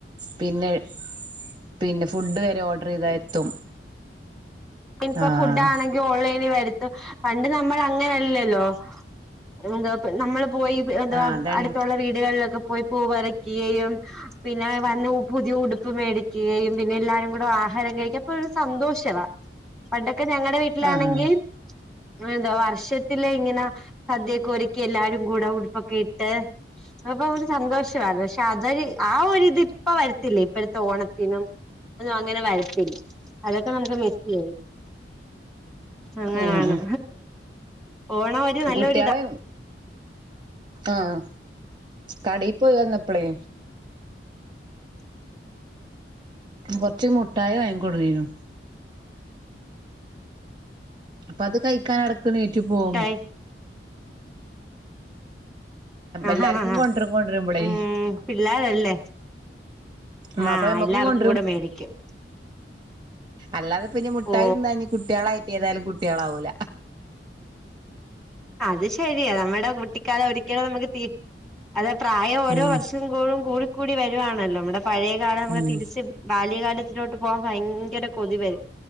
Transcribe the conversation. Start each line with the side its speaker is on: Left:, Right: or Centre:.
Right: പിന്നെ പിന്നെ ഫുഡ് വരെ ഓർഡർ ചെയ്താ എത്തും
Centre: ഇനിപ്പോ
Right: ആഹ്
Centre: ഫുഡ് ആണെങ്കി ഓൺലൈനി വരുത്ത പണ്ട് നമ്മൾ അങ്ങനെല്ലല്ലോ <unintelligible> നമ്മള് പോയി എന്താ
Right: ആഹ് അതാണ്
Centre: അടുത്തൊള്ള വീടുകളിലൊക്ക പോയി പൂ പററിക്കുകയും പിന്നെ വന്ന് പുതിയ ഉടുപ്പ് മേടിക്കുകയും പിന്നെ എല്ലാരും കൂടെ ആഹാരം കഴിക്കാൻ അപ്പ ഒരു സന്തോഷവാ പണ്ടൊക്കെ ഞങ്ങടെ വീട്ടിലാണെങ്കി
Right: ആഹ്
Centre: എന്താ വർഷത്തില് ഇങ്ങനെ സദ്യക്കെ ഒരുക്കി എല്ലാരും കൂടെ ഉടുപ്പൊക്കെ ഇട്ട് അപ്പൊ ഒരു സന്തോഷവാത് പക്ഷെ അതൊരു ആ ഒരിതിപ്പ വരത്തില്ല ഇപ്പഴത്തെ ഓണത്തിനും അതൊന്നും അങ്ങനെ വരത്തില്ല അതൊക്കെ നമുക്ക് അങ്ങനാണ്
Right: ഉം ഉം
Centre: ഓണ ഒരു നല്ലൊരി
Right: കുട്ടികളെ
Centre: ഇതാണ്
Right: ആഹ് കടീ പോയി വന്നപ്പളേ കൊറച്ച് മുട്ടായി വാങ്ങി കൊണ്ടുരിക്കുന്നു അപ്പ അത് കഴിക്കാൻടക്കണേറ്റി പോവും
Centre: ട്ടായി ആഹാ
Right: എല്ലാർക്കും
Centre: ഹാ ഹാ
Right: കൊണ്ടുരും കൊണ്ടരുമ്പളേ
Centre: ഉം പിള്ളേരല്ലേ
Right: മ
Centre: ആഹ്
Right: അപ്പ എമ്മക്കും
Centre: എല്ലാർക്കും
Right: കൊണ്ടരും
Centre: കൂടെ മേടിക്കും
Right: അല്ലാതെ പിന്നെ മുട്ടായി
Centre: ഓ
Right: തിന്നാഞ്ഞു കുട്ടികളായിട്ട് ഏതായാലും കുട്ട്യള ആഉല
Centre: അത് ശരിയാ നമ്മുടെ കുട്ടിക്കാലം ഒരിക്കലും നമുക്ക് തീ അതെ പ്രായം ഓരോ
Right: ഉം
Centre: വർഷം കൂടും കൂടി കൂടി വരുവായാണല്ലോ നമ്മുടെ പഴയകാലം നമുക്ക്
Right: ഉം
Centre: തിരിച്ച് ബാല്യകാലത്ത് വീട്ടിലോട്ട് പോകൻ ഭയങ്കര കൊതിവരും